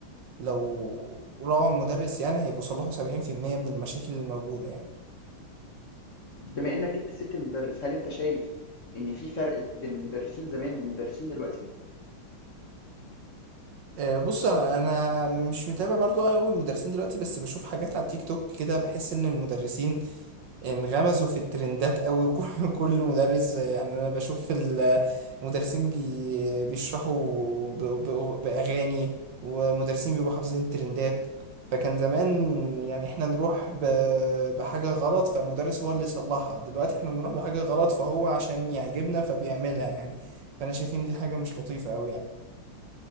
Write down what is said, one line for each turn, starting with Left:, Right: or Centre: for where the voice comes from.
Right: لو راعوا المدرس يعني هيبقوا صلحوا سبعين في المية من المشاكل الموجودة يعني
Left: بما انك جبت سيرة المدرس هل انت شايف ان في فرق بين المدرسين زمان والمدرسين دلوقتي
Right: آه، بص انا انا مش متابع برضو قوي المدرسين دلوقتي بس بشوف حاجات على التيك توك كده بحس ان المدرسين انغمزوا في الترندات قوي <laughs> وكل- كل مدرس يعني انا بشوف ال- المدرسين بي بيشرحوا ب- ب- باغاني ومدرسين بيبقوا حافظين الترندات فكان زمان يعني احنا نروح ب- بحاجة غلط فالمدرس هو اللي يصلحها دلوقتي احنا نروح بحاجة غلط فهو عشان يعجبنا فبيعملها يعني فانا شايف ان دي حاجة مش لطيفة قوي يعني